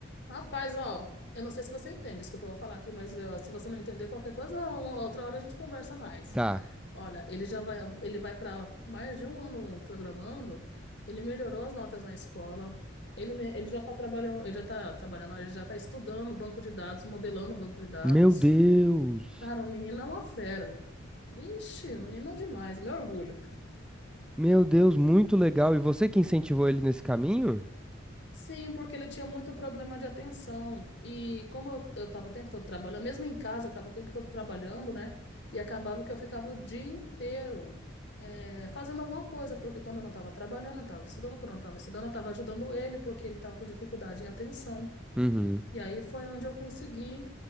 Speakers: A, on the left; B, in the centre.
A: Rapaz, ó, eu não sei se você entende isso que eu vou falar aqui, mas ó, se você não entender qualquer coisa, uma outra hora a gente conversa mais.
B: Tá.
A: Olha, ele já vai, ele vai para mais de um ano programando, ele melhorou as notas na escola. Ele, me- ele já está trabalhando, ele já está trabalhando, ele já está estudando banco de dados, modelando banco de dados.
B: Meu Deus!
A: Cara, o menino é uma fera. Ixi, o menino é demais, é meu orgulho.
B: Meu Deus, muito legal. E você que incentivou ele nesse caminho?
A: Sim, porque ele tinha muito problema de atenção. E como eu, eu tava o tempo todo trabalhando, mesmo em casa, eu tava o tempo todo trabalhando, né? E acabava que eu ficava o dia inteiro eh, fazendo alguma coisa, porque quando eu não tava trabalhando, eu tava estudando, quando eu não tava estudando, eu tava ajudando ele, porque ele tava com dificuldade em atenção.
B: Uhum.
A: E aí foi onde eu consegui,